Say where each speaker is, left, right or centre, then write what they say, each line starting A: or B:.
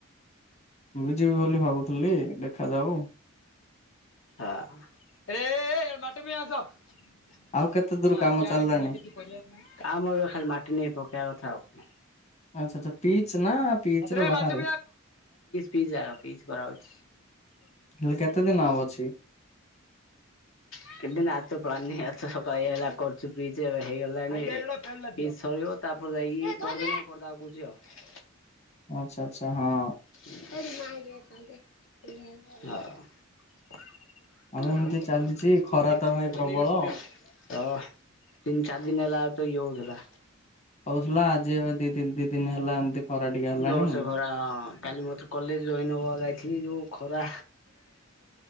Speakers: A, on the left; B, on the left.
A: ମୁଁ ବି ଯିବି ବୋଲି ଭାବୁଥିଲି ଦେଖାାଯାଉ।
B: <unintelligible> <unintelligible>
A: ଆଉ କେତେ
B: ଖାଲି
A: ଦୂର କାମ ଚାଲିଲାଣି?
B: ମାଟି ନେଇ ପକେଇବା କଥା ଆଉ।
A: ଆଚ୍ଛା ଆଛା ପିଚ ନା
B: ଆ ପିଚ୍
A: ର ବାହାରେ
B: ପିଚ୍ ଆ ପିଚ୍ କରାଉଛି।
A: ହେଲେ କେତେ ଦିନ ଆଉ ଅଛି?
B: <unintelligible> ତାପରେ ଯାଇକି ପରଦିନ କରିଦବା କହୁଛି ଆଉ।
A: ଆଛା ଆଚ୍ଛା ହଁ।
B: <unintelligible> <unintelligible> ଅ ତିନି ଚାରି
A: ଆଉ
B: ଦିନ
A: ଏମିତି ଚାଲିଛି
B: ହେଲା
A: ଖରା ତ ଭାଇ ପ୍ରବଳ।
B: ଆଉ ତ ଇଏ ହଉଥିଲା।
A: ହଉଥିଲା ଆଜି ଏବେ ଦି ଦ ଦି ଦିନ ହେଲା ଏମିତି ଖରା ଟିକେ ହେଲାଣି
B: ଜୋରୋସେ ଖରା ହଁ କାଲି ମତ୍ଉ କଲେଜ ଜଇନ୍ ହବାକୁ ଯାଇଥିଲି ଯୋଉ ଖରା।